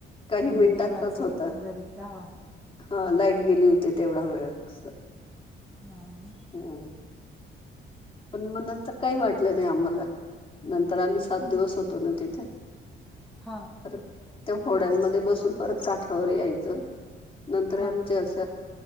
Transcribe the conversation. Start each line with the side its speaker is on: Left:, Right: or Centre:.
Left: काही
Centre: म्हणजे
Left: मिनिटांचाच
Centre: देवाच एकंदरीत
Left: होता
Centre: धावा
Left: हा लाईट गेली होती तेवढा वेळ अस
Centre: हा नं
Left: ह पण म नंतर काही वाटलं नाही आम्हाला नंतर आम्ही सात दिवस होतो ना तिथे.
Centre: हां
Left: परत त्या होड्यांमध्ये बसून परत काठावर यायचं नंतर
Centre: हा
Left: आमच्या अस